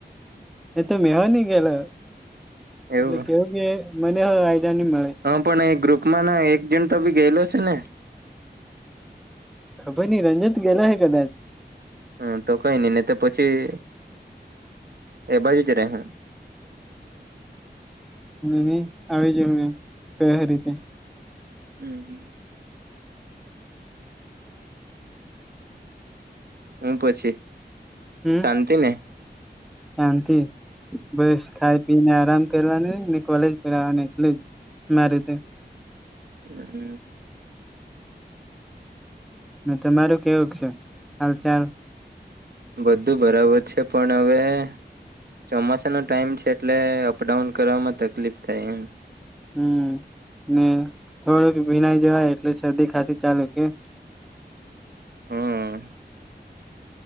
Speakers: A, in the centre; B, on the right.
A: એ તો મેહો ની ગયલો
B: એવું
A: એટલે કેવું કે મને હો આઈડા ની મળે.
B: હા પણ એ ગ્રુપ માં ના એક જણ તો બી ગયેલો છે, ને
A: ખબર નહી રંણજીત ગેલો હે કદાચ
B: હમ તો કઈ નઈ ને તો પછી એ બાજુ જ રે હુ
A: ની ની આવી જવા મે કય હો રીતે
B: હમ હ હું પછી
A: હમ
B: શાંતિ ને?
A: શાંતિ બસ ખાઈ પી ને આરામ કરવાનું ને કોલેજ પર આવવાનું એટલું જ. મારું તો
B: હમ
A: ને તમારું કેવુંક છે હાલ ચાલ.
B: બધું બરાબર છે પણ હવે ચોમાસાનો ટાઈમ છે એટલે અપડાઉન કરવામાં તકલીફ થાય એમ.
A: હમ્મ ને થોડુંક ભીનાઈ જવાય એટલે શરદી ખાસી ચાલુ કે.
B: હમ્મ.